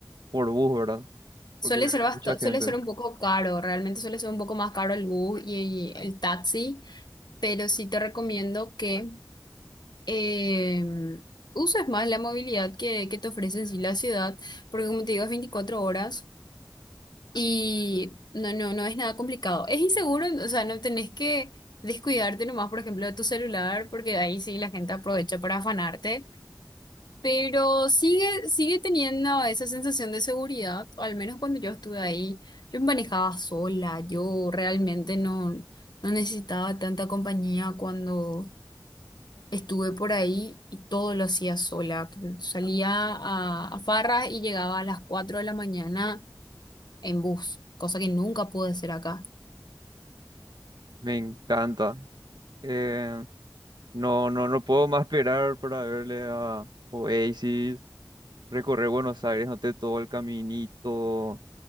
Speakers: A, on the right; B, on the left.
A: por bus, ¿verdad?
B: Suele
A: Porque hay
B: ser basta-
A: mucha gente.
B: suele ser un poco caro, realmente suele ser un poco más caro el bus y, y el taxi, pero sí te recomiendo que em, uses más la movilidad que, que te ofrece en sí la ciudad, porque como te digo, es 24 horas y no, no, no es nada complicado. Es inseguro, o sea, no tenés que descuidarte nomás, por ejemplo, de tu celular, porque ahí sí la gente aprovecha para afanarte. Pero sigue, sigue teniendo esa sensación de seguridad, o al menos cuando yo estuve ahí, yo me manejaba sola, yo realmente no, no necesitaba tanta compañía cuando estuve por ahí y todo lo hacía sola. Salía a, a farras y llegaba a las cuatro de la mañana en bus, cosa que nunca pude hacer acá.
A: Me encanta. Eh, no, no, no puedo más esperar para verle a Oasis, recorrer Buenos Aires, noté todo el caminito,